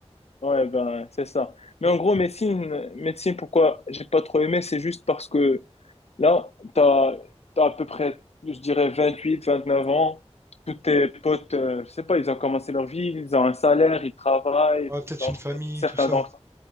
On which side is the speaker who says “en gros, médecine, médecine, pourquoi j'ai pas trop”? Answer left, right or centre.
Left